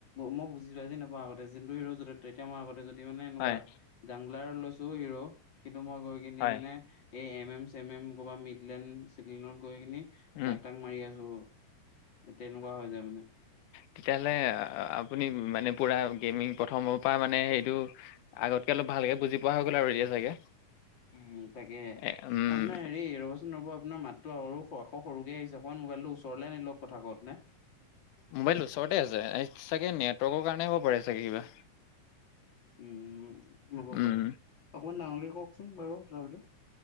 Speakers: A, on the left; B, on the left.
A: মই বুজিছো আজি নাপাওঁ আগতে যিতু হিৰৰ য' তেতিয়া মই আগতে যদি মানে এনেকুৱা
B: হয়
A: জাংলাৰ লৈছো হিৰো কিন্তু মই গৈ কিনি
B: হয়
A: মানে এই এম এম ছেম এম কবা মিডলেণ্ড গৈ কিনি
B: উম,
A: জাক তাক মাৰি আছো তেনেকুৱা হৈ যায় মানে।
B: তেতিয়াহ'লে আপুনি মানে পুৰা গেমিং প্ৰথমৰ পৰা মানে সেইটো আগতকে অলপ ভালকে বুজি পোৱা হৈ গল আৰু এতিয়া চাগে।
A: উম তাকে
B: এ উম,
A: আপোনাৰ হেৰি নবও আপোনাৰ মাততো আৰু আক সৰুকৈ আহিছে, অকণ মোবাইলটো ওচৰলে আনি লওক কথা কওঁতে
B: মোবাইল ওচৰতে আছে এই চাগে নেটৱৰ্কৰ কাৰণে হ'ব পাৰে চাগে কিবা।
A: উম ল'ব
B: উম,
A: পাৰে, অকমান ডাঙৰকে কওকচোন বাৰু তথাপিতো।